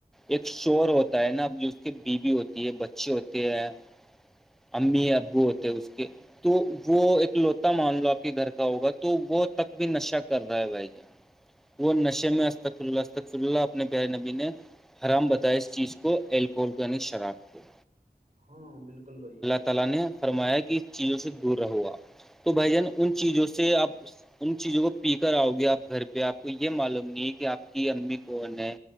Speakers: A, in the centre; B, on the right.
A: ایک شور ہوتا ہے نا اب <unintelligible> کی بیوی ہوتی ہے بچے ہوتے ہیں امی ابو ہوتے اس کے تو وہ ایک لوتا مان لو آپ کے گھر کا ہوگا تو وہ تک بھی نشہ کر رہا ہے بھائی جان وہ نشے میں اسقفللہ اسقفل اللہ اپنے ب نبی نے <unintelligible> حرام بتائیں اس چیز کو الکل کا ن شراب کو <unintelligible>
B: ہاں بالکل بھ <unintelligible>
A: تالا نے فرمایا کہ اس چیزوں سے دور رہو گا تو بھائی جان ان چیزوں سے آپ اس <unintelligible> ان چیزوں کو پی کر آؤ گے آپ گھر پہ آپ کو یہ معلوم نہیں ہے کہ آپ کی امی کون ہے